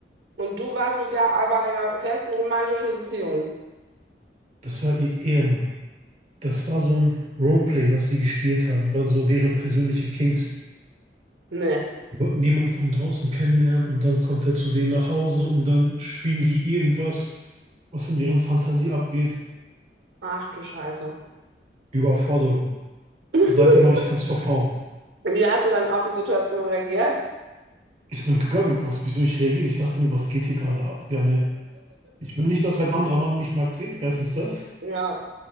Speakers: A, on the right; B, on the right.
A: Und du warst mit der aber in einer festen romantischen Beziehung?
B: das war ihr Ehemann. Das war so ein Roleplay, was die gespielt haben, war so deren persönliche Kings.
A: Nee.
B: Die wollten niemanden von draußen kennenlernen und dann kommt er zu denen nach Hause und dann spielen die irgendwas, was in deren Fantasie abgeht.
A: Ach du Scheiße.
B: Überforderung.
A: <laughs>
B: Aber seitdem habe ich Angst vor Frauen.
A: Wie hast du dann auf die Situation reagiert?
B: Ich bin gegangen. Was, wieso ich reagiere? Ich dachte mir, was geht hier gerade ab? Ja, ne. Ich will nicht, dass ein anderer Mann mich nackt sieht. Erstens das.
A: Ja,